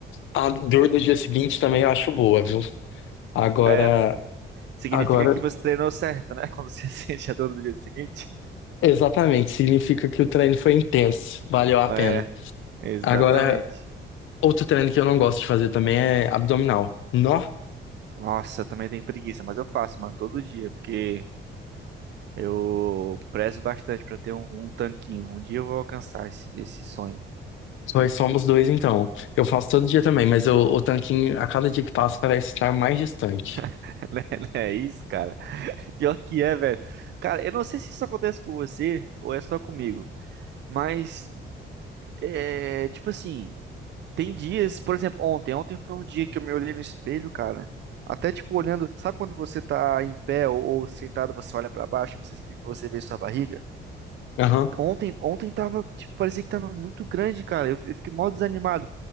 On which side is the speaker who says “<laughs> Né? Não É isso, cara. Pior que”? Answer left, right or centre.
Right